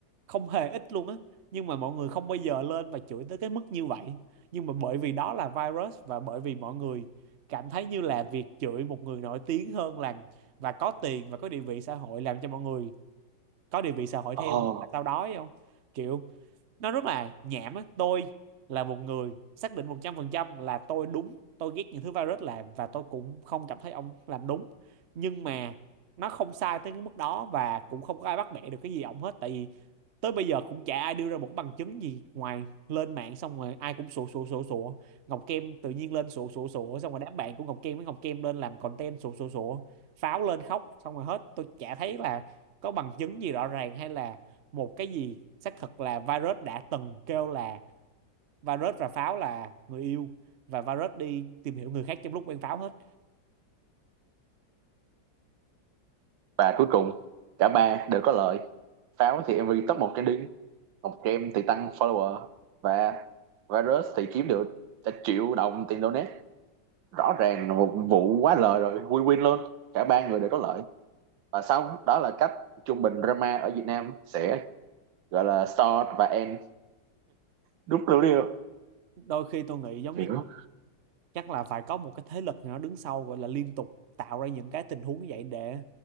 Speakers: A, on the right; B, on the right.
A: không hề ít luôn á nhưng mà mọi người không bao giờ lên và chửi tới cái mức như vậy nhưng mà bởi vì đó là virus và bởi vì mọi người cảm thấy như là việc chửi một người nổi tiếng hơn làm và có tiền và có địa vị xã hội làm cho mọi người có địa vị xã hội theo
B: Ồ.
A: hoặc là tao đói không kiểu nó rất là nhảm á tôi là một người xác định 100% là tôi đúng tôi ghét những thứ virus làm và tôi cũng không cảm thấy ông làm đúng nhưng mà nó không sai tới cái mức đó và cũng không có ai bắt bẻ được cái gì ông hết tại vì tới bây giờ cũng chả ai đưa ra một cái bằng chứng gì ngoài lên mạng xong rồi ai cũng sủa sủa sủa sủa Ngọc Kem tự nhiên lên sủa sủa sủa xong rồi đám bạn của Ngọc Kem với Ngọc Kem lên làm content sủa sủa sủa pháo lên khóc xong rồi hết tôi chả thấy là có bằng chứng gì rõ ràng hay là một cái gì xác thực là virus đã từng kêu là virus và pháo là người yêu và virus đi tìm hiểu người khác trong lúc quen pháo hết
B: và cuối cùng cả ba đều có lợi pháo thì em MV top một trending ngọc kem thì tăng follower và virus thì kiếm được cả triệu đồng tiền donate rõ ràng là một vụ quá lời rồi win win luôn cả ba người đều có lợi và xong đó là cách trung bình drama ở Việt Nam sẽ gọi là start và end đúng lưu đi
A: đôi khi tôi nghĩ giống
B: hiểu
A: như chắc là phải có một cái thế lực nào đó đứng sau gọi là liên tục tạo ra những cái tình huống như vậy để